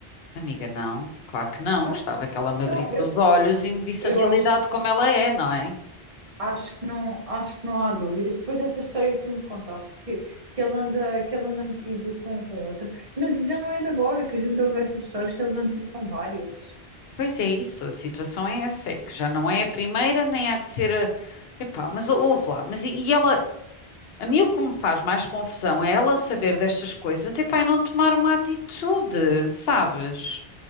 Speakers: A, on the left (about 70°); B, on the right (about 35°).
A: Amiga, não, claro que não.
B: Então,
A: Gostava que ela me
B: então,
A: abrisse os olhos e me visse
B: Eu
A: a realidade
B: acho,
A: como ela é, não é?
B: acho que não, acho que não há dúvidas. Depois dessa história que tu me contaste, que, que ele anda, que ele anda metido com, com outra, mas já não é de agora que a gente ouve essas histórias que ele anda metido com várias.
A: Pois é isso, a situação é essa, é que já não é a primeira, nem há de ser a... Epá, mas ouve lá, mas e, e ela, A mim o que me faz mais confusão é ela saber destas coisas e pá, e não tomar uma atitude, sabes?